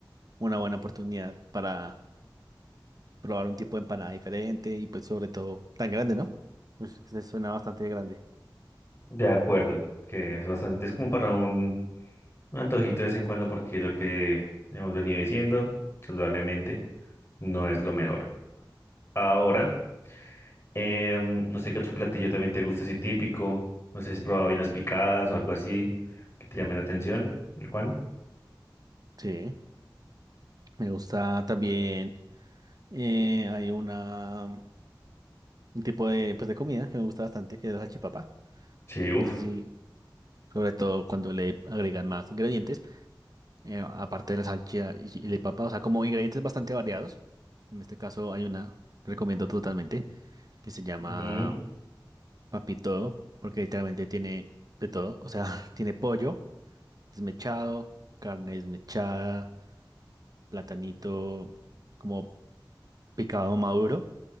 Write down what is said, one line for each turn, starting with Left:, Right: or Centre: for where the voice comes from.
Right: una buena oportunidad para probar un tipo de empanada diferente y pues sobre todo tan grande, ¿no? Pues que se suena bastante grande.
Left: de acuerdo, que es bastante, es como para un, un antojito de vez en cuando porque lo que hemos venido diciendo, saludablemente, no es lo mejor. Ahora, em, no sé qué otro platillo también te gusta así típico. No sé si has probado vinas picadas o algo así que te llame la atención, el Juan.
Right: Sí, me gusta también. eh, hay una um, un tipo de pues de comida que me gusta bastante, que es la salchipapa.
Left: Sí, uff.
Right: No sé si, sobre todo cuando le agregan más ingredientes, eh, aparte de la salchicha y, y la papa, o sea, como ingredientes bastante variados. En este caso hay una, que recomiendo totalmente, que se llama
Left: <laughs>
Right: papito, porque literalmente tiene de todo. O sea, <laughs> tiene pollo. desmechado, carne desmechada, platanito como picado maduro,